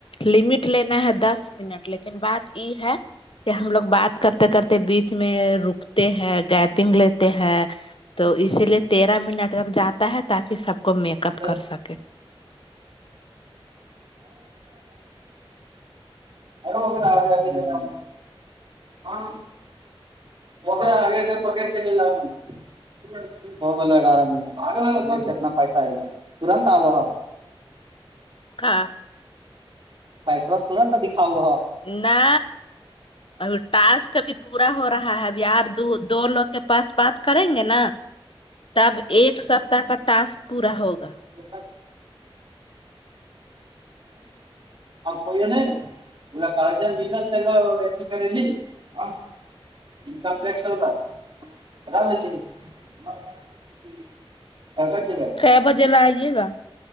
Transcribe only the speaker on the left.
لمٹ لینا ہے دس منٹ لیکن بات یہ ہے کہ ہم لوگ بات کرتے کرتے بیچ میں رکتے ہیں گیپنگ لیتے ہیں تو اسی لیے تیرہ منٹ تک جاتا ہے تاکہ سب کو میک
اپ کر سکے
کھا
نہ اب ٹاسک ابھی پورا ہو رہا ہے اب یار دو دو لوگ کے پاس بات کریں گے نا تب ایک سپتہ کا ٹاسک پورا ہوگا
چھ بجے لائیے گا